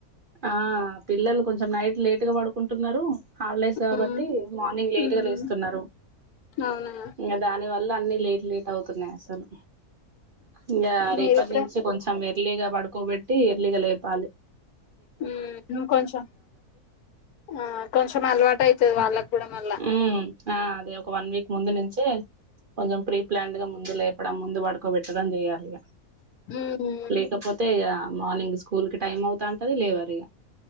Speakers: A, on the right; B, on the left.
A: ఆ పిల్లలు కొంచెం నైట్ లేటు గా పడుకుంటున్నారు హాలిడేస్ కాబట్టి
B: మ్మ్
A: మార్నింగ్ లేట్
B: మ్మ్
A: గా లేస్తున్నారు
B: అవునా
A: ఇంకా దాని వల్ వల్ల అన్ని లేట్ లేట్ అవుతున్నాయి అసలు ఇంకా రేపటి
B: మీరు కూడా
A: నుంచి కొంచెం ఎర్లీగా పడుకోబెట్టి ఎర్లిగ లేేపాలి
B: ఉ ఇంకో కొంచెం ఆ కొంచెం అలవాటు అయితది వాళ్ళకు కూడా మళ్ళా
A: ఉ ఆ అదే ఒక వన్ వీక్ ముందు నుంచే కొంచెం ప్రీ ప్లాన్డ్ గా ముందు దు లేపడం ముందు పడుకోబెట్టడం చేయాలి ఇగ
B: మ్మ్ మ్మ్,
A: లేకపోతే ఇగ మార్నింగ్ స్కూల్ కి టైం అవుతా ఉంటది లేవరు ఇగ